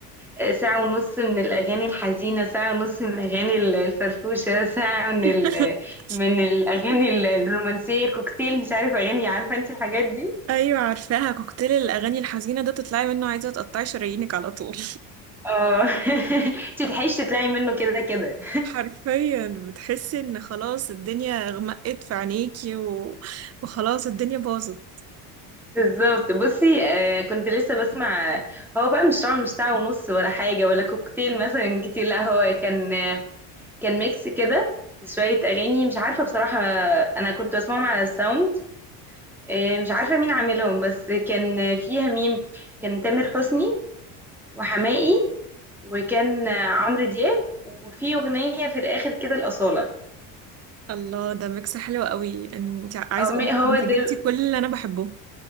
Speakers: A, in the centre; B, on the right.
A: آه، ساعه ونص من الاغاني الحزينه ساعه ونص من الاغاني ال- الفرفوشه <laughs> ساعه من
B: <laughs>
A: ال... من الاغاني ال- الرومانسيه كوكتيل مش عارفه اغاني عارفه انت الحاجات دي
B: ايوه عارفاها كوكتيل الاغاني الحزينة ده تطلعي منه عايزة تقطعي شرايينك على طول
A: اه <laughs> انت تلحقيش تطلعي منه كده كده
B: <laughs>
A: <laughs>
B: حرفيا بتحسي ان خلاص الدنيا غمقت في عينيكي و... وخلاص الدنيا باظت
A: بالظبط بصي آه، كنت لسه بسمع هو بقى مش طبعا مش ساعة ونص ولا حاجة ولا كوكتيل مثلا كتير لا هو كان كان ميكس كده شوية أغاني مش عارفة بصراحة أنا كنت بسمعهم على الساوند آه، مش عارفة مين عاملهم بس كان فيها مين كان تامر حسني وحماقي وكان آه، عمرو دياب وفي أغنية في الآخر كده الأصالة
B: الله ده ميكس حلو قوي انت عايزة
A: أو م-
B: اقولك
A: هو
B: انت
A: ده
B: جبتي كل اللي انا بحبه